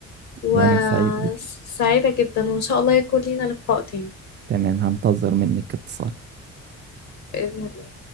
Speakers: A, on the left (about 65°); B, on the right (about 35°).
A: وسعيدة
B: وأنا سعيد بك
A: جدا وإن شاء الله يكون لينا لقاء تاني
B: تمام هنتظر منك اتصال
A: بإذن الله